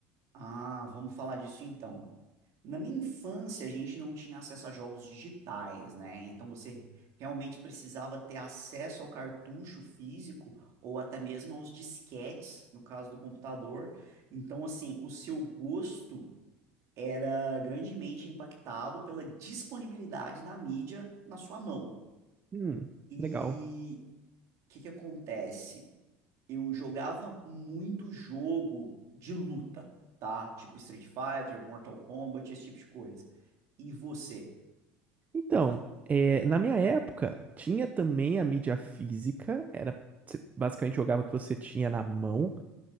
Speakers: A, on the right; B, on the right.
A: Ah, vamos falar disso então. Na minha infância, a gente não tinha acesso a jogos digitais, né? Então você realmente precisava ter acesso ao cartucho físico ou até mesmo aos disquetes, no caso do computador. Então, assim, o seu gosto era grandemente impactado pela disponibilidade da mídia na sua mão.
B: Hum,
A: E
B: legal.
A: o que que acontece? eu jogava muito jogo de luta, tá? Tipo Street Fighter, Mortal Kombat, esse tipo de coisa. E você?
B: Então, é, na minha época, tinha também a mídia física, era você basicamente jogava o que você tinha na mão,